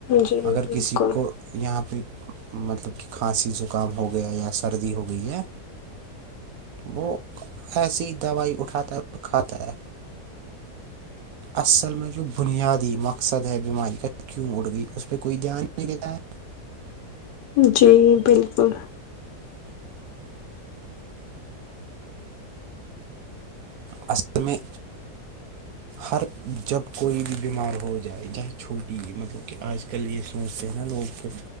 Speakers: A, on the left; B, on the right.
A: جی
B: اگر
A: بالکل
B: کسی کو یہاں پہ مطلب کہ کھانسی زکام ہو گیا یا سردی ہو گئی ہے وہ ایسی دوائی اٹھاتا ہے اور کھاتا ہے اصل میں جو بنیادی مقصد ہے بیماری کا کیوں اڑ گئی اس پہ کوئی دھیان نہیں دیتا ہے
A: جی بالکل
B: اصل میں ہر جب کوئی بھی بیمار ہو جائے جاہے چھوٹی ہے مطلب کہ آج کل یہ س سے نا لوگ کہ